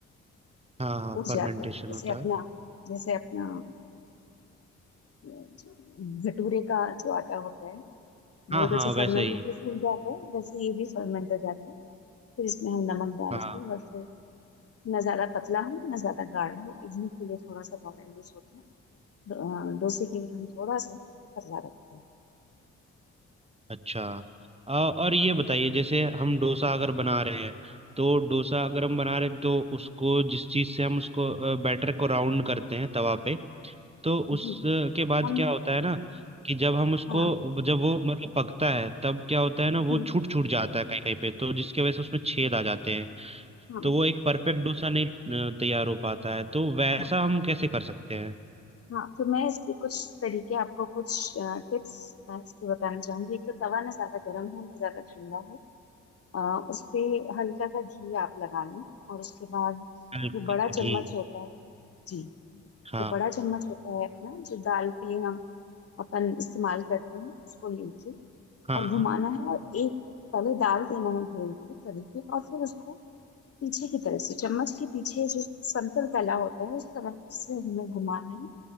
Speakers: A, on the right; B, on the left.
A: हाँ
B: उठ जाता
A: फर्मेंटेशन
B: है जैसे
A: होता
B: अपना
A: है
B: जैसे अपना ये जो भटूरे का जो आटा होता है वो
A: हाँ
B: जैसे
A: हाँ वैसे
B: फर्मेंट
A: ही
B: होकर फूल जाता है वैसे ये भी फर्मेंट हो जाता है फिर इसमें हम नमक डाल
A: हाँ
B: के और फिर ना ज्यादा पतला हो ना ज्यादा गाढ़ा हो इडली के लिए थोड़ा सा गाढ़ा यूज होता है डो- अ, डोसे के लिए हम थोड़ा सा पतला रखते हैं
A: अच्छा अ, और ये बताइए
B: जी
A: जैसे हम डोसा अगर बना रहे हैं तो डोसा अगर हम बना रहे हैं तो उसको जिस चीज़ से हम उसको बैटर को राउंड करते हैं तवा पे तो उसके
B: जी
A: बाद
B: हम
A: क्या होता है ना कि जब हम उसको
B: हाँ
A: जब वो मतलब पकता है तब क्या होता है ना वो
B: हम्म,
A: छूट छूट जाता है कहीं कहीं पे तो जिसकी वजह से उसमें छेद आ जाते हैं
B: हाँ
A: तो वो एक परफेक्ट डोसा नहीं अ, तैयार हो पाता है तो वैसा
B: हाँ
A: हम कैसे कर सकते हैं
B: हाँ तो मैं इसके कुछ तरीके आपको कुछ टिप्स इसके बताना चाहूंगी एक तो तवा ना ज्यादा गर्म हो ना ज्यादा ठंडा हो आ, उस पे हल्का सा घी आप लगा लें और उसके बाद
A: हल्का
B: जो बड़ा
A: सा
B: चम्मच
A: घी
B: होता है जी
A: हाँ
B: तो बड़ा चम्मच होता है अपना जो दाल के लिए हम अपन इस्तेमाल करते हैं उसको लेके
A: हाँ
B: और घुमाना है और एक तले डाल देना है घोल को तवे पे और फिर उसको पीछे की तरफ से चम्मच के पीछे जो समतल तला होता है उस तरफ से हमें घुमाना है